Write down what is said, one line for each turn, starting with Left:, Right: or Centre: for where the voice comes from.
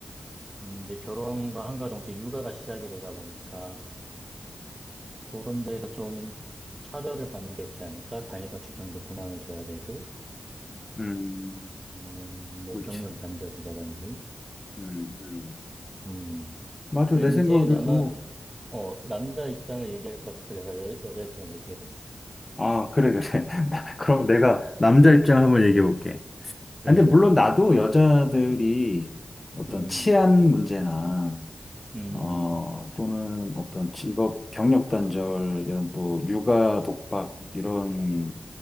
Right: 음, 이제 결혼과 한가 동시에 육아가 시작이 되다 보니까 그런 데에서 좀 차별을 받는 게 있지 않을까? 다이더 직장도 그만을 둬야 되고,
Left: 음,
Right: 음, 뭐
Left: 그렇지.
Right: 경력 단절이라든지.
Left: 음, 음.
Right: 음,
Left: 맞아,
Right: 왠지
Left: 내 생각에도.
Right: 너는 어, 남자 입장을 얘기할 것 같아서 내가 여, 여자 입장을 얘기해 봤어.
Left: 아, 그래, 그래. <laughs> 나- 그럼 내가 남자 입장 한번 얘기해 볼게.
Right: 그래,
Left: 아니, 근데 물론
Right: 그래.
Left: 나도 여자들이 어떤
Right: 음,
Left: 치안 문제나,
Right: 음,
Left: 어, 또는 어떤 직업 경력 단절, 이런 또 육아 독박, 이런